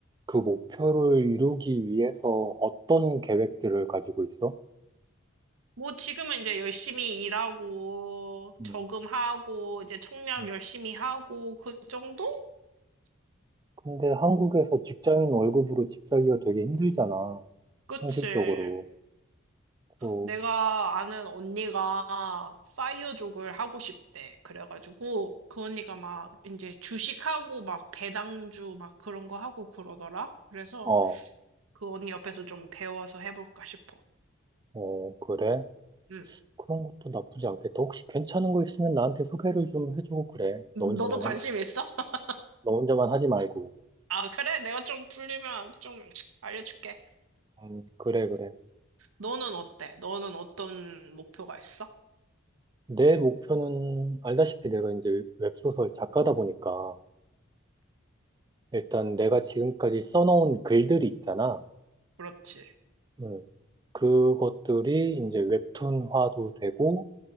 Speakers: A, on the right (about 20°); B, on the right (about 80°).
A: 그 목표를 이루기 위해서 어떤 계획들을 가지고 있어?
B: 뭐 지금은 이제 열심히 일하고,
A: 응.
B: 저금하고, 이제 청약
A: 응.
B: 열심히 하고, 그 정도?
A: 근데 한국에서 직장인 월급으로 집 살기가 되게 힘들잖아.
B: 그치.
A: 현실적으로. 그,
B: 내가 아는 언니가 파이어족을 하고 싶대. 그래가지고 그 언니가 막 이제 주식하고 막 배당주 막 그런 거 하고 그러더라. 그래서
A: 어,
B: 그 언니 옆에서 좀 배워서 해볼까 싶어.
A: 어, 그래?
B: 응.
A: 그런 것도 나쁘지 않겠다. 혹시 괜찮은 거 있으면 나한테 소개를 좀 해주고 그래. 너 혼자만
B: 너도 관심
A: 해.
B: 있어? <laughs>
A: 너 혼자만 하지 말고.
B: 아, 그래? 내가 좀 풀리면 좀 알려줄게.
A: 음, 그래, 그래.
B: 너는 어때? 너는 어떤 목표가 있어?
A: 내 목표는 알다시피 내가 이제 웹소설 작가다 보니까 일단 내가 지금까지 써놓은 글들이 있잖아.
B: 그렇지.
A: 음, 그것들이 이제 웹툰화도 되고